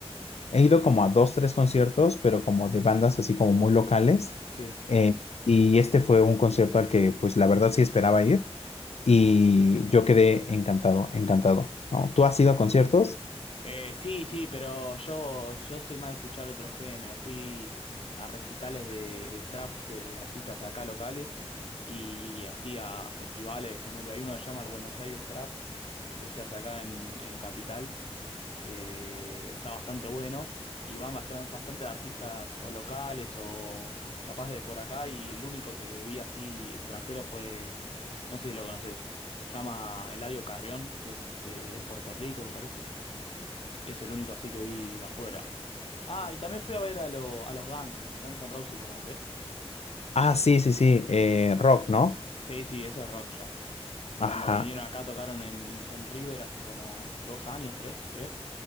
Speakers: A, on the left (about 75°); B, on the left (about 60°).
A: He ido como a dos, tres conciertos, pero como de bandas así como muy locales.
B: Sí.
A: Eh, y este fue un concierto al que pues la verdad sí esperaba ir y yo quedé encantado, encantado, ¿no? ¿Tú has ido a conciertos?
B: Eh, sí, sí, pero yo, yo soy más de escuchar otro género. Fui a recitales de, de trap de artistas acá locales y así a festivales, ponele, hay uno que se llama el Buenos Aires Trap, que se hace acá en, en Capital, que está bastante bueno y van bastante, bastante artistas o locales o capaz de por acá y el único que vi así extranjero fue, no sé si lo conoces, llama Eladio Carrión, que es de Puerto Rico, me parece. Es el único así que vi de afuera. Ah, y también fui a ver a, lo- a los Guns. Guns N' Roses, ¿lo conocés?
A: Ah, sí, sí, sí, eh, rock, ¿no?
B: Sí, sí, eso es rock ya. Cuando
A: Ajá.
B: vinieron acá tocaron en, en River hace como dos años, tres, creo.